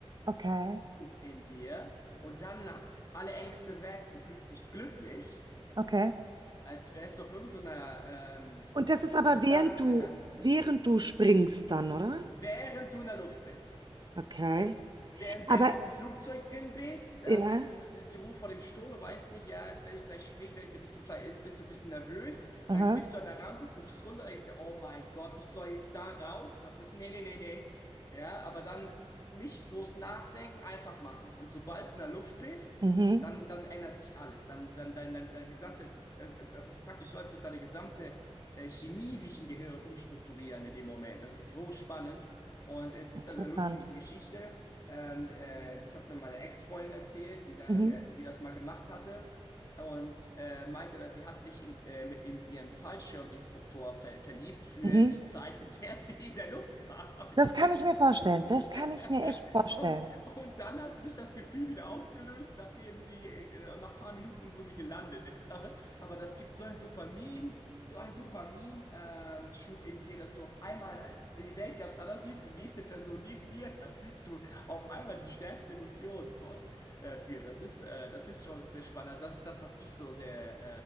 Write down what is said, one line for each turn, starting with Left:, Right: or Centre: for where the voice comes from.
Right: okay,
Left: in dir und dann alle Ängste weg. Du fühlst dich glücklich,
Right: okay.
Left: als wärst du auf irgendeiner ähm,
Right: Und das ist
Left: Substanz,
Right: aber während du,
Left: ja,
Right: während du springst dann, oder?
Left: während du in der Luft bist.
Right: Okay.
Left: Wenn,
Right: Aber
Left: wenn du im Flugzeug drin bist, ähm,
Right: ja.
Left: bist du, es ist die Ruhe vor dem Sturm, du weißt nicht, ja, jetzt werde ich gleich springen, wenn ich, dann bist du vielleicht, ist- bist du ein bisschen nervös,
Right: Aha.
Left: dann bist du an der Rampe, guckst runter, denkst dir, oh mein Gott, ich soll jetzt da raus, das ist, nee, nee, nee, nee, ja, aber dann nicht groß nachdenken, einfach machen. Und sobald du in der Luft bist,
Right: Mhm.
Left: dann, dann ändert sich alles, dann, dann, dann, dann, dein gesamte, das ist praktisch so, als würde deine gesamte äh, Chemie sich im Gehirn umstrukturieren in dem Moment, das ist so spannend. Und es gibt
Right: Interessant.
Left: da eine lustige Geschichte. Ähm, äh, das hat mir meine Ex-Freundin erzählt, die, da,
Right: Mhm.
Left: die das mal gemacht hatte und äh, meinte, dass sie hat sich in, äh, mit in ihren Fallschirminstruktor ver verliebt für
Right: Mhm.
Left: die Zeit, in der sie in der Luft war <laughs> mit
Right: Das
Left: ihm.
Right: kann ich mir vorstellen. Das kann ich
Left: <laughs>
Right: mir echt vorstellen.
Left: Und, und dann hat sich das Gefühl wieder aufgelöst, nachdem sie, äh, nach ein paar Minuten, wo sie gelandet ist. Aber, aber das gibt so ein Dopamin, so ein Dopaminschub in dir, dass du auf einmal äh, die Welt ganz anders siehst, die nächste Person neben dir, da fühlst du auf einmal die stärkste Emotion von, äh, für. Das ist, äh, das ist schon sehr spannend. Das ist das, was ich so sehr,